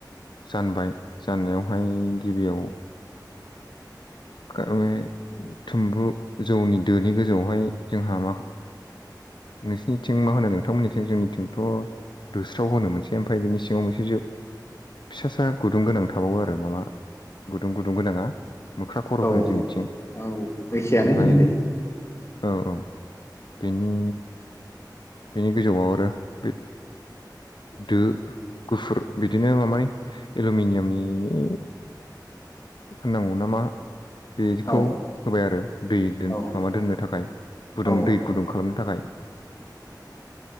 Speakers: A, on the left; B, on the left.
A: जानबाय जाननायावहाय गिबियाव। <unintelligible> थुम्बु जौनि दोनि गोजौआवहाय जोंहा मा। नोंसिनिथिं मा होनो नोंथांमोननिथिं जोंनिथिंथ' दोस्राव होनो मोनसे ओमफ्राय बिनि सिङाव मोनसे जो फिसा सा गुदुं गोनां थाबावो आरो माबा गुदुं गुदुं गोनाङा। मोख्रा खर'
B: औ
A: होनो जोंनिथिं
B: औ एखेयानो
A: ओमफ्राय
B: होनो दे
A: औ औ। बेनि बेनि गोजौआव आरो बे दो गुफुर बिदिनो मामानि एलुमिनियामनि होननांगौ नामा बेखौ
B: औ
A: होबाय आरो दै माबा
B: औ
A: दोननो थाखाय। गुदुं
B: औ
A: दै गुदुं खालामनो थाखाय।
B: <inaudible>